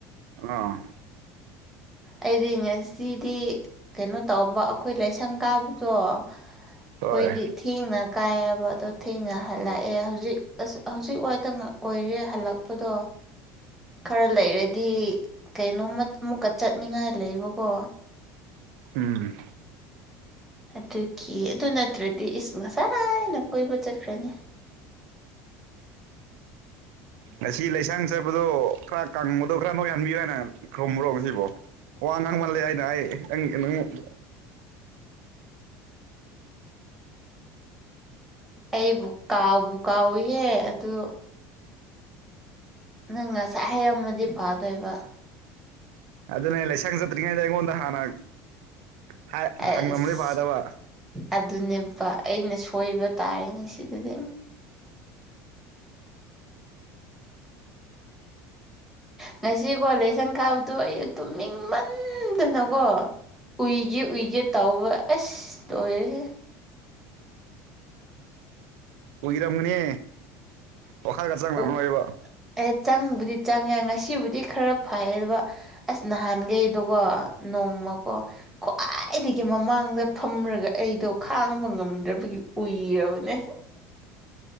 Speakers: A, on the right (about 75°); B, in the centre.
A: ꯑ
B: ꯑꯩꯗꯤ ꯉꯁꯤꯗꯤ ꯀꯩꯅꯣ ꯇꯧꯕ ꯑꯈꯣꯏ ꯂꯥꯏꯁꯪ ꯀꯥꯕꯗꯣ
A: ꯍꯣꯏ
B: ꯑꯈꯣꯏꯗꯤꯠ ꯊꯦꯡꯅ ꯀꯥꯏꯑꯕ ꯑꯗꯣ ꯊꯦꯡꯅ ꯍꯜꯂꯛꯑꯦ ꯍꯧꯖꯤꯛ ꯑꯁ ꯍꯧꯖꯤꯛ ꯋꯥꯏꯗ ꯉ‌ ꯑꯣꯏꯔꯤ ꯍꯜꯂꯛ ꯄꯗꯣ ꯈꯔ ꯂꯩꯔꯗꯤ ꯀꯩꯅꯣꯃ ꯀ ꯆꯠꯅꯤꯡꯉꯥꯏ ꯂꯩꯑꯦꯕꯀꯣ
A: ꯎꯝ
B: ꯑꯗꯨꯒꯤ ꯑꯗꯨ ꯅꯠꯇ꯭ꯔꯗꯤ ꯏꯁ ꯉꯁꯥꯏꯅ ꯀꯣꯏꯕ ꯆꯠꯈ꯭ꯔꯅꯤ <inaudible>
A: ꯉꯁꯤ ꯂꯩꯁꯩ ꯆꯠꯄꯔꯣ ꯈꯔ ꯀꯪꯕꯗꯣ ꯈꯔ <unintelligible> ꯈꯪꯕ꯭ꯔꯣ ꯉꯁꯤꯕꯣ ꯋꯥ ꯉꯥꯡ ꯃꯥꯜꯂꯦ ꯍꯥꯏꯅ ꯍꯥꯏ <unintelligible>
B: ꯑꯩꯕꯨ ꯀꯥꯎꯕꯨ ꯀꯥꯎꯌꯤꯌꯦ ꯑꯗꯨ ꯅꯪ ꯉꯁꯥꯏ ꯍꯩꯔꯝꯃꯗꯤ ꯐꯥꯗꯣꯏꯕ
A: ꯑꯗꯨꯅꯦ ꯂꯥꯏꯁꯪ <unintelligible> ꯑꯩꯉꯣꯟꯗ ꯍꯥꯟꯅ ꯍꯪꯂꯝꯕꯗꯤ
B: ꯑꯁ
A: ꯐꯥꯗꯕ
B: ꯑꯗꯨꯅꯦꯕ ꯑꯩꯅ ꯁꯣꯏꯕ ꯇꯥꯑꯅꯦ ꯁꯤꯗꯗꯤ ꯉꯁꯤ ꯀꯣ ꯂꯥꯏꯁꯪ ꯀꯥꯕꯗꯨ ꯑꯩ ꯇꯨꯅꯤꯡꯃꯟꯗꯨꯅꯀꯣ ꯎꯏꯒꯦ ꯎꯏꯒꯦ ꯇꯥꯎꯕ ꯑꯁ ꯂꯣꯏꯔꯦꯍꯦ
A: ꯑꯨꯏꯔꯝꯒꯅꯤ ꯋꯥꯈꯜꯒ ꯆꯪꯂꯝ
B: ꯑꯣ
A: ꯃꯣꯏꯕ
B: ꯑꯦ ꯆꯪꯕꯨꯗꯤ ꯆꯪꯉꯦ ꯉꯁꯤꯕꯨꯗꯤ ꯈꯔ ꯐꯩꯌꯦꯕ ꯑꯁ ꯅꯍꯥꯟꯒꯩꯗꯣꯀꯣ ꯅꯣꯡꯃꯀꯣ ꯈ꯭ꯋꯥꯏꯗꯒꯤ ꯃꯃꯥꯡꯗ ꯐꯝꯔꯒ ꯑꯩꯗꯣ ꯈꯥꯡꯕ ꯉꯝꯗ꯭ꯔꯕꯒꯤ ꯎꯏꯔꯕꯅꯦ